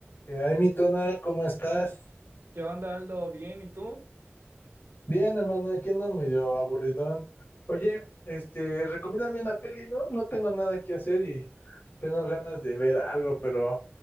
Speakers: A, on the left; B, on the right.
A: Eh, Ay, mi tona, ¿cómo estás?
B: ¿Qué onda, Aldo? ¿Bien? ¿Y tú?
A: Bien, hermano, aquí ando medio aburridón. Oye, este, recomiéndame una peli, ¿no? No tengo nada que hacer y tengo ganas de ver algo, pero